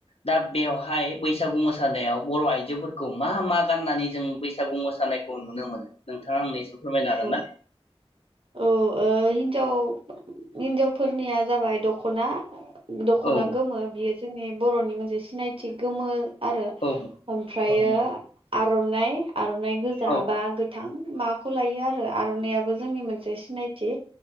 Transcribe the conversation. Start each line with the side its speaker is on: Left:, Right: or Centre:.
Left: दा बेवहाय बैसागु मोसानायाव बर' आइजोफोरखौ मा मा गाननानै जों बैसागु मोसानायखौ नुनो मोनो नोंथाङा आंनो फोरमायनो
Right: औ
Left: हागोन ना
Right: औ ओ हिन्जाव हिन्जावफोरनिया जाबाय दख'ना। दख'ना
Left: औ
Right: गोमो बियो जोंनि बर'नि मोनसे सिनायथि गोमो आरो
Left: औ
Right: ओमफ्रायो
Left: औ
Right: आरननाय। आर'नाइ गोजा
Left: औ
Right: बा गोथां। मा खौ लायो आरो आर'नाइयाबो जोंनि मोनसे सिनायथि।